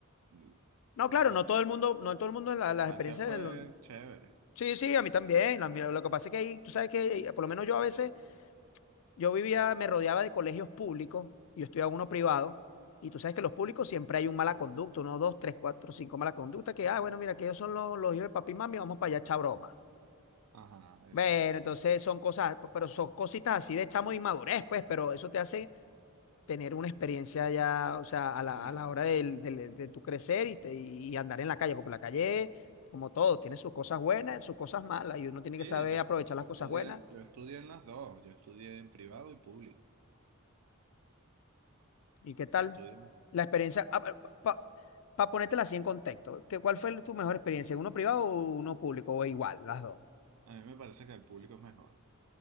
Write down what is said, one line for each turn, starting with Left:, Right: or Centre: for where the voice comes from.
Right: Mm,
Left: No,
Right: Mi,
Left: claro, no todo el mundo, no todo el mundo la-
Right: mi infancia
Left: las experiencias
Right: fue
Left: de lo-
Right: chévere.
Left: Sí, sí, a mí también. la mía- lo que pasa es que ahí, tú sabes que eh, por lo menos yo a veces. Yo vivía, me rodeaba de colegios públicos, yo estudiaba uno privado, y tú sabes que los públicos siempre hay un mala conducta, uno, dos, tres, cuatro, cinco mala conducta, que, ah, bueno, mira, que ellos son los, los hijos de papi y mami, vamos para allá a echar broma.
Right: Ajá,
Left: Bueno,
Right: exacto.
Left: entonces son cosas, pero son cositas así de chamo de inmadurez, pues, pero eso te hace tener una experiencia ya, o sea, a la,
Right: Eh,
Left: a la hora del- del- de, tu crecer y, te- y andar en la calle, porque la calle, como todo, tiene sus cosas buenas, sus cosas malas, y uno tiene que
Right: sí,
Left: saber
Right: yo,
Left: aprovechar
Right: yo
Left: las
Right: estudié,
Left: cosas buenas.
Right: yo estudié en las dos. Yo estudié en privado y público.
Left: ¿Y qué tal?
Right: Yo estudié en-
Left: La experiencia, ah, pa- para ponértela así en contexto, ¿qué, cuál fue tu mejor experiencia? ¿Uno privado o uno público? ¿O igual, las dos?
Right: A mí me parece que el público es mejor.